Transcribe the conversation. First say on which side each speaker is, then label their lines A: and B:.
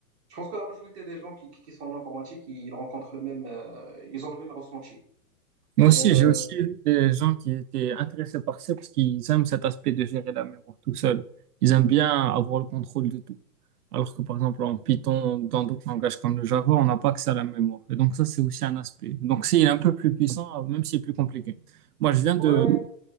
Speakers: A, on the right; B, on the right.
A: Je pense que la majorité des gens qui, qui, qui sont en informatique, ils rencontrent le même, euh, ils ont le même ressenti.
B: Moi
A: Et
B: aussi,
A: euh,
B: j'ai aussi vu des gens qui étaient intéressés par ça parce qu'ils aiment cet aspect de gérer la mémoire tout seul. Ils aiment bien avoir le contrôle de tout. Alors que par exemple en Python ou dans d'autres langages comme le Java, on n'a pas que ça à la mémoire. Et donc ça, c'est aussi un aspect. Donc c'est un peu plus puissant, même si c'est plus compliqué. Moi, je viens de
A: ouais, ouais,